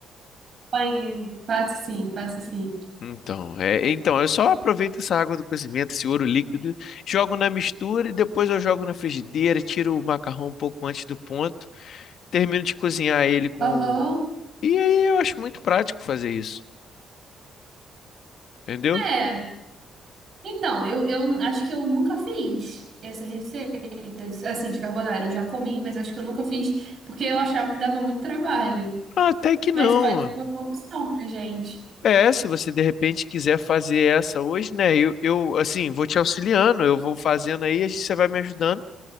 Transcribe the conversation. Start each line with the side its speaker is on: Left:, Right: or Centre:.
Right: Conheço. Faço sim, faço sim.
Left: Então, é, então, eu só aproveito essa água do cozimento, esse ouro líquido, jogo na mistura e depois eu jogo na frigideira, tiro o macarrão um pouco antes do ponto, termino de cozinhar ele com.
Right: Aham.
Left: E aí eu acho muito prático fazer isso, entendeu?
Right: É. Então, eu, eu acho que eu nunca fiz essa receita, de- assim, de carbonara. Eu já comi, mas acho que eu nunca fiz, porque eu achava que dava muito trabalho.
Left: Ah, Até que
Right: Mas
Left: não.
Right: pode ser uma boa opção pra gente.
Left: É, se você de repente quiser fazer essa hoje, né? Eu, eu assim, vou te auxiliando, eu vou fazendo aí, a gente, você vai me ajudando